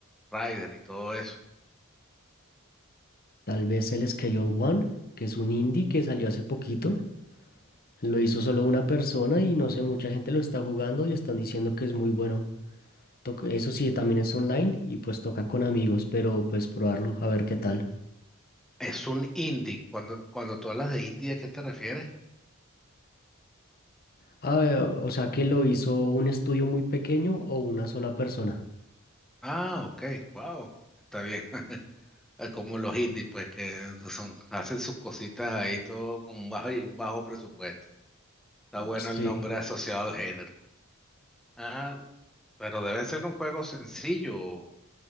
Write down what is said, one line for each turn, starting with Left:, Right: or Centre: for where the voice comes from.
Centre: Rider y todo eso.
Left: Tal vez el Schedule One, que es un indie que salió hace poquito. Lo hizo solo una persona y no sé, mucha gente lo está jugando y están diciendo que es muy bueno. Toca- Eso sí, también es online y pues toca con amigos, pero pues probarlo, a ver qué tal.
Centre: Es un indie. Cuando, cuando tú hablas de indie, ¿a qué te refieres?
Left: Ah, eh, o sea que lo hizo un estudio muy pequeño o una sola persona.
Centre: Ah, ok, wow, está bien. <laughs> Como los indies, pues que son, hacen sus cositas ahí todo con un bajo, un bajo presupuesto. Está bueno
Left: Sí,
Centre: el nombre asociado al género. Ah, pero debe ser un juego sencillo.